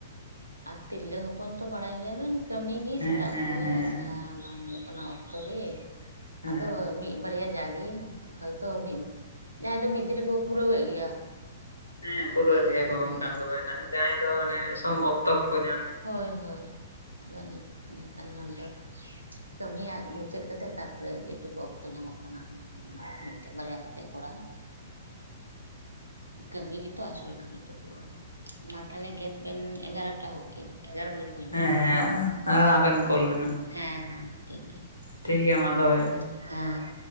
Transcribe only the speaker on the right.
ᱟᱨ ᱛᱤᱨᱞᱟᱹ ᱦᱚᱯᱚᱱ ᱛᱚ ᱵᱟᱲᱟᱭ ᱜᱮᱭᱟᱵᱮᱱ ᱠᱟᱹᱢᱤ ᱜᱮ
ᱥᱮᱛᱟᱜ
ᱠᱷᱚᱡ
ᱵᱟᱝ ᱧᱟᱢᱚᱜ ᱠᱟᱱᱟ ᱚᱠᱛᱚ ᱜᱮ
ᱟᱫᱚ ᱢᱤᱫ ᱵᱟᱨᱭᱟ ᱡᱟᱜᱮ ᱦᱚᱭᱛᱚ ᱢᱤᱫ ᱡᱟᱦᱟᱸᱭ ᱫᱚ ᱢᱤᱫ ᱫᱤᱱ ᱨᱮᱠᱚ ᱯᱩᱨᱟᱹᱣᱮᱜ ᱜᱮᱭᱟ᱾
ᱟᱫᱚ
ᱦᱩᱸ
ᱦᱳᱭ ᱦᱳᱭ ᱟᱫᱚ ᱱᱤ ᱱᱤᱠᱟᱱ ᱦᱚᱲ ᱫᱚ ᱠᱟᱹᱢᱤᱭᱟᱜ ᱢᱩᱪᱟᱹᱫ ᱠᱟᱛᱮᱫ ᱛᱟᱯᱚᱨᱮ ᱡᱮ ᱴᱩᱠᱩ ᱚᱠᱛᱚ ᱧᱟᱢᱚᱜ ᱠᱟᱱᱟ, ᱦᱩᱸ ᱢᱮᱜᱴᱮᱡ ᱵᱟᱨᱭᱟ ᱠᱟᱛᱮᱜ ᱠᱚᱨᱟᱣ ᱠᱟᱹᱢᱤ ᱜᱮᱛᱚ ᱟᱥᱚᱞ ᱠᱟᱹᱢᱤ ᱛᱚ ᱦᱩᱭᱩᱜ-ᱟ᱾ ᱢᱟ ᱛᱷᱟᱞᱮ ᱜᱮᱫ ᱵᱮᱱ ᱮᱜᱟᱨᱚᱴᱟ ᱡᱩᱜ ᱮ ᱮᱜᱟᱨᱳ ᱢᱤᱱᱤᱴ ᱦᱩᱭᱱᱟ
ᱦᱮᱸ ᱦᱮᱸ ᱴᱷᱤᱠ ᱜᱮᱭᱟ᱾
ᱦᱮᱸᱼᱼ